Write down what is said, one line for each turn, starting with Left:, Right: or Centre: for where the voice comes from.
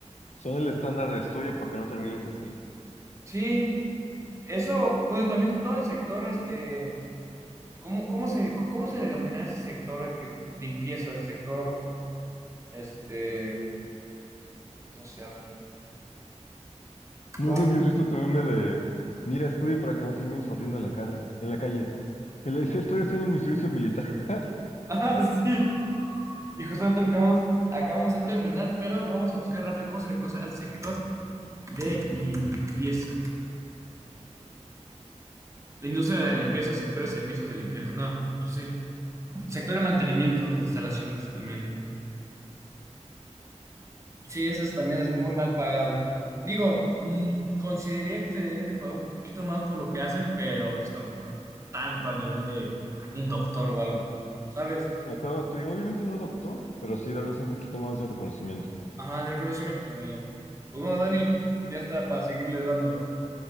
Left: Son el estándar de estudio para que no termines así.
Right: Sí, eso, bueno, también todo el sector, este, ¿cómo, cómo se, cómo se denomina ese sector, el que limpieza, el sector, este, no sé, a ver,
Left: No
Right: ¿cómo?
Left: sé si has
Right: <laughs>
Left: visto este meme de, mira, estudia para que no termines corriendo en la carre, en la calle. <laughs> Y le dice, estoy haciendo mi servicio militar. <laughs>
Right: Ah, sí, y justamente acabamos, acabamos de terminar, pero vamos a buscar rápido cómo se le conoce al sector de limpieza. La industria de la limpieza, sector de servicios de limpieza, no, pues sí. sector de mantenimiento de instalaciones también. Sí, eso es- también es muy mal pagado. Digo, mm, consideraría que se deberían de pagar un poquito más por lo que hacen, pero pues tampoco tanto a nivel de un doctor o algo, ¿sabes?
Left: O sea, te digo, obviamente no doctor, pero sí darles un poquito más de reconocimiento.
Right: Ajá, del conocimiento, vaya. Pues bueno, Dani, ya está para seguirle dando.